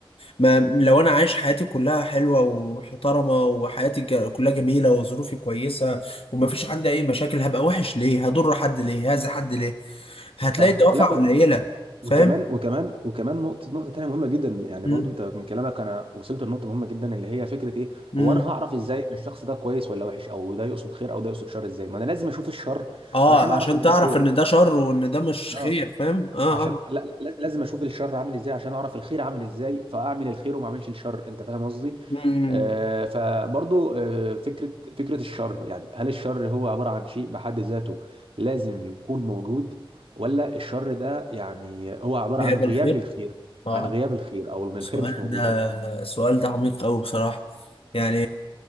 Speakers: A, on the left; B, on the right.
A: ما لو انا عايش حياتي كلها حلوه ومحترمه وحياتي ج- كلها جميله وظروفي كويسه ومفيش عندي اي مشاكل هبقى وحش ليه هضر حد ليه هاذي حد ليه هتلاقي
B: صح
A: الدوافع
B: لا
A: قليله
B: و-
A: فاهم
B: وكمان وكمان وكمان نقطة نقطة تانية مهمة جدا يعني
A: مم.
B: برضو انت من كلامك انا وصلت لنقطة مهمة جدا اللي هي فكرة ايه
A: مم.
B: هو انا هعرف ازاي ان الشخص ده كويس ولا وحش او ده يقصد خير او ده يقصد شر ازاي ما انا لازم اشوف الشر
A: اه
B: عشان اعرف
A: عشان
B: ان
A: تعرف
B: ده خير
A: ان ده شر وان ده مش خير
B: اه
A: فاهم اه
B: عشان
A: اه
B: لا لا- لازم اشوف الشر عامل ازاي عشان اعرف الخير عامل ازاي فاعمل الخير وما اعملش الشر انت فاهم قصدي
A: مم.
B: آه فبرضو آه فكره فكره الشر يعني هل الشر هو عباره عن شيء بحد ذاته لازم يكون موجود ولا الشر ده يعني هو عباره
A: بيقبل
B: عن غياب
A: الخير
B: للخير
A: اه
B: عن غياب الخير او ان الخير
A: السؤال
B: مش موجود
A: ده
B: يعني.
A: السؤال ده عميق قوي بصراحه يعني